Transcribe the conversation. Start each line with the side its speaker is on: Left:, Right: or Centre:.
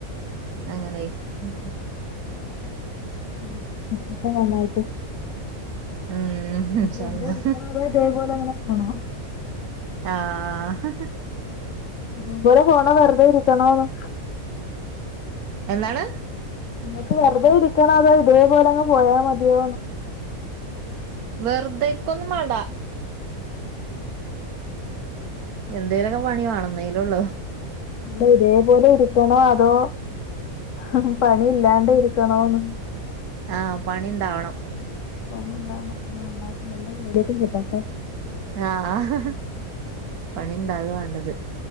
Right: അങ്ങനെ <unintelligible>
Left: <unintelligible> നന്നായിട്ടു
Right: ഉം ഇൻഷാ
Left: വെറുതെ
Right: അള്ളാ.
Left: ഇരിക്കണോ അതോ ഇതേപോലെ അങ്ങനെ പോണോ
Right: ആഹ്
Left: മൂപ്പര് പോണോ വെറുതെ ഇരിക്കണോന്ന്
Right: എന്താണ്
Left: നിങ്ങൾക്ക് വെറുതെ ഇരിക്കണോ അതോ ഇതേപോലെ അങ്ങ് പോയാ മതിയോന്ന്
Right: വെറുതെരിക്കൊന്നും വേണ്ട എന്തേലുമൊക്കെ പണി വേണം ന്നെങ്കിലേ ഉള്ളൂ
Left: അല്ല ഇതേപോലെ ഇരിക്കണോ അതോ ഹും ഹും പണി ഇല്ലാണ്ട ഇരിക്കണോന്ന്
Right: ആഹ് പണി ഇണ്ടാവണം
Left: പണി ഇണ്ടാവണം ആഹ് നന്നായിട്ട് നല്ല ജോലിയൊക്കെ കിട്ടട്ടെ
Right: ആഹ് പണി ഇണ്ടാക വേണ്ടത്